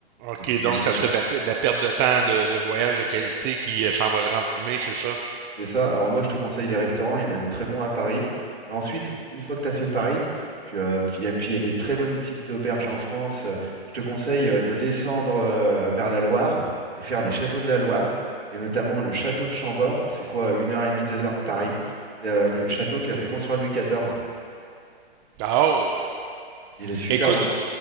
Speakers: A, on the right; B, on the right.
A: OK,
B: Le petit
A: donc
B: déjeuner.
A: ça serait de la, pe- de la perte de temps de, de voyage de qualité qui euh, s'envolera en fumée, c'est ça?
B: C'est ça. Alors moi, je te conseille les restaurants. Il y en a des très bons à Paris. Et ensuite, une fois que tu as fait Paris, tu, euh, tu- il y a- puis il y a des très bonnes petites auberges en France. Euh, Je te conseille euh, de descendre euh, vers la Loire et faire les châteaux de la Loire, et notamment le château de Chambord. C'est quoi, une heure et demie, deux heures de Paris. C'est euh, le château qu'a fait construire Louis XIV.
A: Ah, Oh!
B: Il est super
A: Écoute,
B: beau.